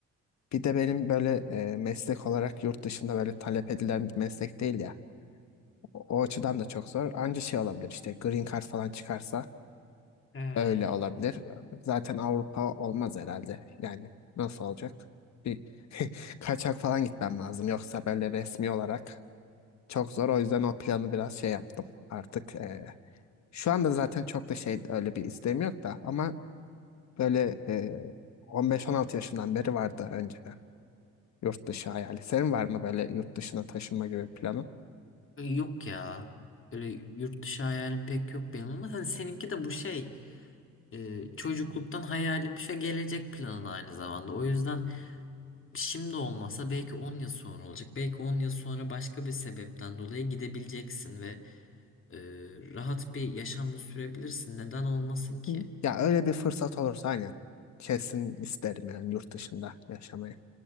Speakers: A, on the left; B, on the left.
A: Bir de benim böyle e, meslek olarak yurt dışında böyle talep edilen bir meslek değil ya. O, o açıdan da çok zor. Anca şey olabilir işte green card falan çıkarsa
B: Ha.
A: öyle olabilir. Zaten Avrupa olmaz herhalde. Yani nasıl olacak? Bir <laughs> kaçak falan gitmem lazım. Yoksa böyle resmi olarak çok zor. O yüzden o planı biraz şey yaptım artık. e, şu anda zaten çok da şey öyle bir isteğim yok da ama böyle e, 15-16 yaşından beri vardı önceden. Yurt dışı hayali. Senin var mı böyle yurt dışına taşınma gibi planın?
B: Yok ya. Öyle yurt dışı hayalim pek yok benim ama hani seninki de bu şey e, çocukluktan hayalim ve gelecek planın aynı zamanda. O yüzden şimdi olmasa belki 10 yıl sonra olacak. Belki 10 yıl sonra başka bir sebepten dolayı gidebileceksin ve e, rahat bir yaşamda sürebilirsin. Neden olmasın ki?
A: Hı. Ya öyle bir fırsat olursa aynen. Kesin isterim yani yurt dışında yaşamayı.